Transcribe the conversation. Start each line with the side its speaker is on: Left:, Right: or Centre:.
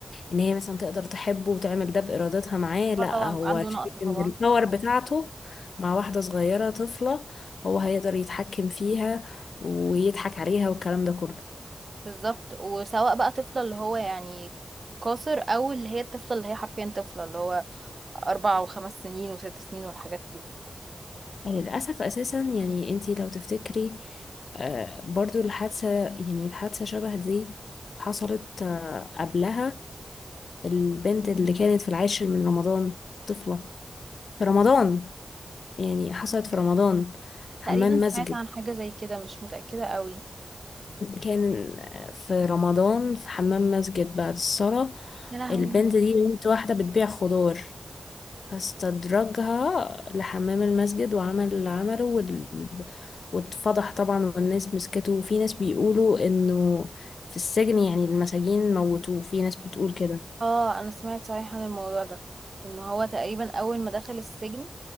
Left: ان هي مثلا تقدر تحبه وتعمل ده بارادتها معاه لا
Right: اه طبعا
Left: هو
Right: يبقى عنده نقص
Left: شايف
Right: طبعا
Left: ان الباور بتاعته مع واحدة صغيرة طفلة هو هيقدر يتحكم فيها ويضحك عليها والكلام ده كله
Right: بالظبط وسواء بقى طفلة اللي هو يعني قاصر او اللي هي الطفلة اللي هي حرفيا طفلة اللي هو اربع وخمس سنين وست سنين والحاجات دي
Left: للأسف أساسا يعني أنتي لو تفتكري آه، برضو الحادثة يعني الحادثة شبه دي حصلت آه، قبلها البنت اللي كانت في العاشر من رمضان طفلة في رمضان يعني حصلت في رمضان حمام
Right: تقريبا سمعت
Left: مسجد
Right: عن حاجة زي كده مش متأكدة قوي
Left: كان آه، في رمضان في حمام مسجد بعد الصلاة
Right: يا لهوي
Left: البنت دي بنت واحدة بتبيع خضار فاستدرجها لحمام المسجد وعمل اللي عمله وال... واتفضح طبعا والناس مسكته وفي ناس بيقولوا انه في السجن يعني المساجين موتوه في ناس بتقول كده
Right: اه انا سمعت صحيح عن الموضوع ده ان هو تقريبا اول ما دخل السجن